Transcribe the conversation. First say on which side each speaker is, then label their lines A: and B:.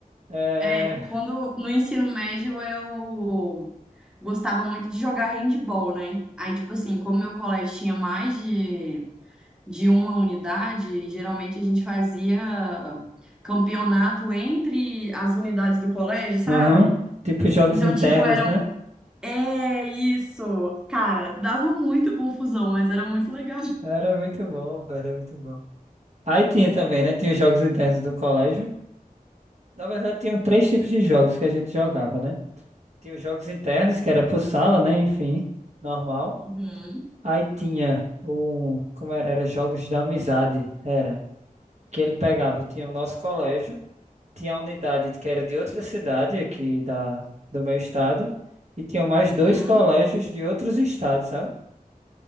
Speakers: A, on the right; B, in the centre.
A: É...
B: é quando no ensino médio eu gostava muito de jogar handball, né? Aí, tipo assim, como meu colégio tinha mais de de uma unidade, e geralmente a gente fazia campeonato entre as unidades do colégio, sabe?
A: Uhum. Tipo jogos
B: Então,
A: internos,
B: tipo, eram.
A: né?
B: É isso! Cara, dava muita confusão, mas era muito legal.
A: Era muito bom, era muito bom. Aí tinha também, né? Tinha os jogos internos do colégio. Na verdade, tinham três tipos de jogos que a gente jogava, né? Tinha os jogos internos, que era por sala, né? Enfim, normal.
B: Uhum,
A: Aí tinha o. Como era? Era jogos da amizade, era. Que ele pegava, tinha o nosso colégio, tinha a unidade que era de outra cidade aqui da, do meu estado, e tinha mais
B: uhum.
A: dois colégios de outros estados, sabe?